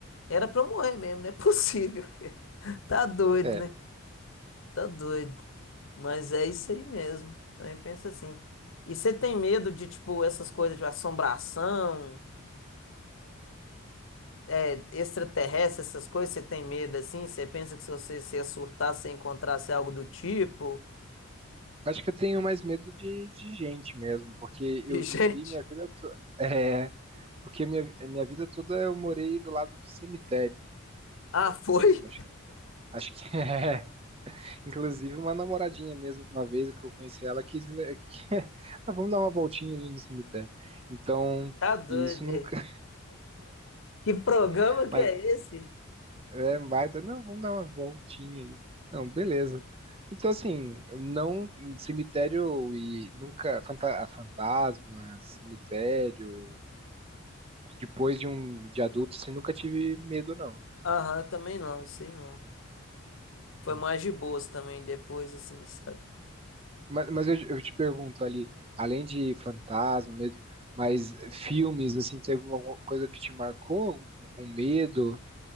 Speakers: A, on the left; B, on the right.
A: era pra eu morrer mesmo, não é possível. <laughs> Tá doido,
B: É.
A: né? Tá doido. Mas é isso aí mesmo. Também pensa assim. E você tem medo de, tipo, essas coisas de assombração, é, extraterrestre, essas coisas? Você tem medo assim? Você pensa que se você se surtar, você encontrasse algo do tipo?
B: Acho que eu tenho mais medo de, de gente mesmo, porque
A: De
B: eu
A: gente?
B: vivi minha vida toda. É, porque minha, minha vida toda eu morei do lado de cemitério.
A: Ah, foi?
B: Acho, acho que <laughs> é. Inclusive, uma namoradinha mesmo, uma vez que eu conheci ela, quis. le- <laughs> que- ah, vamos dar uma voltinha ali no cemitério. Então,
A: Tá doido.
B: e isso nunca.
A: é. Que programa
B: <laughs>
A: que
B: Mas
A: é esse?
B: é baita. Não, vamos dar uma voltinha ali. Não, beleza. Então, assim, eu não. Cemitério e nunca. fanta- Fantasma, cemitério. depois de um de adulto, assim, nunca tive medo, não.
A: Aham, também não, isso aí não. Foi
B: Hum.
A: mais de boas também depois, assim, sabe?
B: Mas, mas eu, eu te pergunto ali, além de fantasma, medo, mas filmes, assim, teve alguma coisa que te marcou? Algum medo